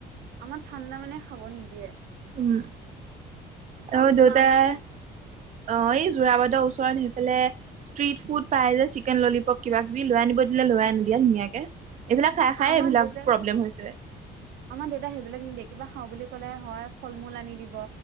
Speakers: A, on the right; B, on the right.
A: আমাৰ ঠাণ্ডা মানে খাব নিদিয়ে।
B: উম,
A: আৰু
B: আমাৰ
A: তোমাৰ
B: দেউতাই, অ'
A: উম
B: এই জোৰাবাতৰ ওচৰত সেইফালে ষ্ট্ৰিট ফুড পাই যে চিকেন ললিপপ কিবা কিবি লৈ আনিব দিলে লৈ
A: উম
B: আনি দিয়ে ধুনীয়াকে, এইবিলাক খাই খাই
A: আমাৰ
B: এইবিলাক
A: দেউতা
B: প্ৰব্লেম হৈছে।
A: আমাৰ দেউতাই সেইবিলাক নিদিয়ে কিবা খাওঁ বুলি ক'লে হয়, ফল মূল আনি দিব